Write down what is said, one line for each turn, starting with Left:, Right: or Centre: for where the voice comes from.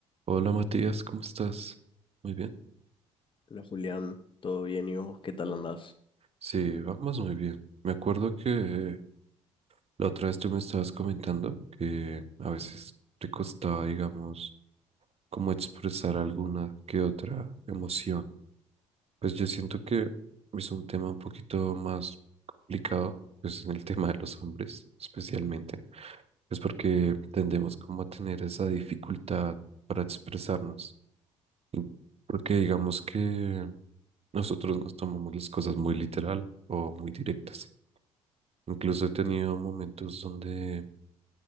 Right: Hola Matías, ¿cómo estás? Muy bien.
Left: Hola Julián, ¿todo bien y vos? ¿Qué tal andás?
Right: Sí, vamos muy bien. Me acuerdo que la otra vez tú me estabas comentando que a veces te costaba, digamos, como expresar alguna que otra emoción. Pues yo siento que es un tema un poquito más complicado, pues en el <laughs> tema de los hombres especialmente, pues porque tendemos como a tener esa dificultad para expresarnos. Y Porque digamos que Nosotros nos tomamos las cosas muy literal o muy directas. Incluso he tenido momentos donde,